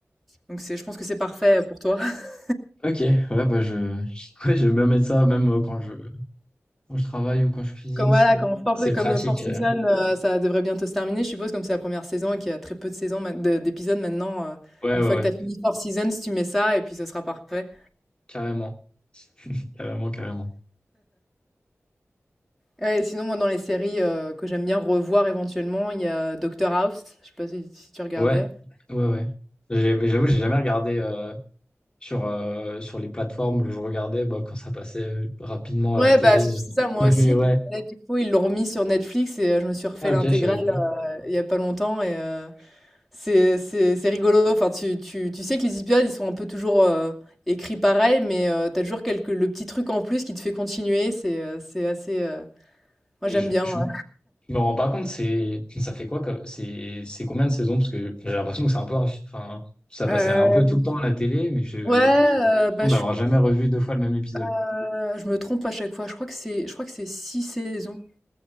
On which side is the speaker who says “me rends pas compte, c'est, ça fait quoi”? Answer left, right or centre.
Left